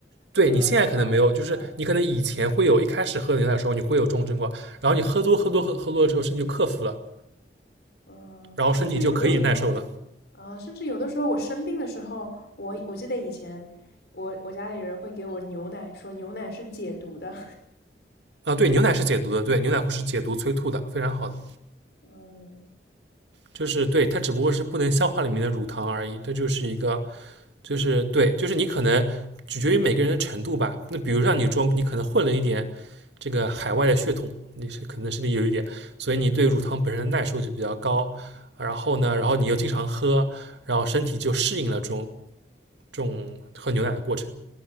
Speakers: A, on the right; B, on the left.
A: 对你现在可能没有，
B: 嗯，然后嗯
A: 就是你可能以前会有，一开始喝牛奶的时候你会有这种症状，然后你喝多喝多喝喝多了之后，身体就克服了，
B: 嗯，
A: 然后身体就可以耐受了
B: 甚至有的时候。啊，甚至有的时候我生病的时候，我我记得以前我我家里人会给我牛奶，说牛奶是解毒的。
A: 啊。对，牛奶是解毒的，对，牛奶是解毒催吐的，非常好的。
B: <laughs> 嗯，
A: 就是对，它只不过是不能消化里面的乳糖而已，它就是一个，就是对，就是你可能取决于每个人的程度吧。那比如让你装，你可能混了一点这个海外的血统，你是可能身体有一点，所以你对乳糖本身的耐受就比较高。然后呢，然后你又经常喝，然后身体就适应了这种这种喝牛奶的过程。